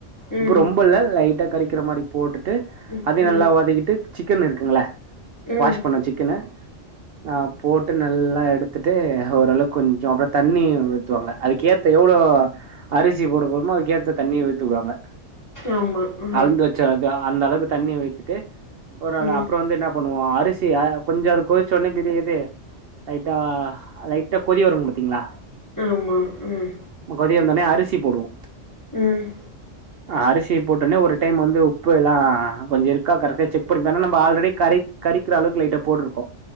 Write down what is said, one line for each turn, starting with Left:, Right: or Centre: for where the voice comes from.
Left: ம்
Right: உப்பு ரொம்ப இல்ல லைட்டா கரிக்கிற மாரி போட்டுட்டு
Left: ம்
Right: அதியு
Left: ம்
Right: நல்லா வதக்கிட்டு சிக்கன் இருக்குங்கள
Left: ம்
Right: வாஷ் பண்ண சிக்கனு ஆ போட்டு நல்லா எடுத்துட்டு ஓரளவுக்கு கொஞ்சோ அப்ற தண்ணி உத்துவாங்க அதுக் கேத்த எவ்ளோ அரிசி போட போறமோ அதுக்கேத்த தண்ணிய ஊத்திடுவாங்க
Left: ஆமா ஆ
Right: அழுந்து வச்ச அது அந்த அளவுக்கு தண்ணி வைத்துட்டு ஒரு ஒரு
Left: ம்
Right: அப்றோ வந்து என்ன பண்ணுவோ அரிசிய கொஞ்சோ அது கொதிச்ச ஒடனே ப்ரியது லைட்டா லைட்டா கொதி வருங்கு பாத்தீங்களா
Left: ஆமா ம்
Right: கொதி வந்தோன்னயே அரிசி போடுவோ
Left: ம்
Right: அரிசி போட்டோனே ஒரு டைம் வந்து உப்பெல்லா கொஞ்ச இருக்கா கரெக்டா செக் பண்ணிப்பா நம்ம ஆல்ரெடி கரை கறிக்கிற அளவுக்கு லைட்ட போட்டிருக்கோ